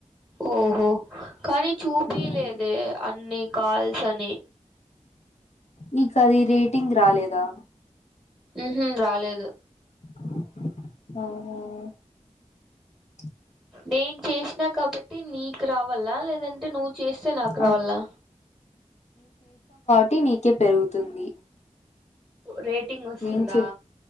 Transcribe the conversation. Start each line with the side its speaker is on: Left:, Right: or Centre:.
Centre: ఓహో కానీ చూపియలేదే
Left: హ్మ్.
Centre: అన్ని కాల్స్ అని
Left: నీకాంది రేటింగ్ రాలేదా
Centre: ఉహు రాలేదు
Left: అవునో
Centre: నేన్ చేచిన్నా కాబట్టి నీకు రావాలా లేదంటే నువ్వు చేస్తే నాకు రావాలా
Left: ఆ పీ నీకే పెరుగుతుంది
Centre: రేటింగ్ వసుందా
Left: నేను చే